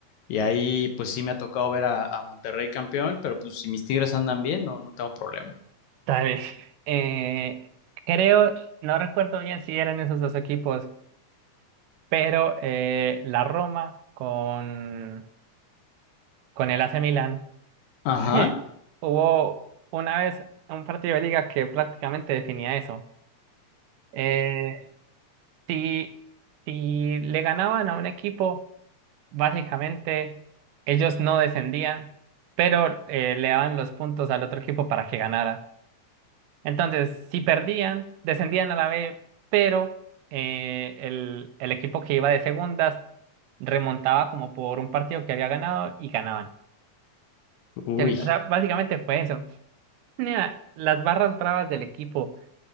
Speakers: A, on the left; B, on the right.
A: Y ahí pues sí me ha tocado ver a, a Monterrey campeón, pero pues si mis Tigres andan bien, no, no tengo problema.
B: Dale. Eh, creo, no recuerdo bien si eran esos dos equipos, pero eh, la Roma con, con el AC Milan
A: Ajá.
B: <laughs> hubo una vez un partido de liga que prácticamente definía eso. Eh, si, si le ganaban a un equipo Básicamente, ellos no descendían, pero eh, le daban los puntos al otro equipo para que ganara. Entonces, si perdían, descendían a la B, pero eh, el, el equipo que iba de segundas remontaba como por un partido que había ganado y ganaban. O
A: Uy,
B: sea, o sea, básicamente fue eso. Nea, las barras bravas del equipo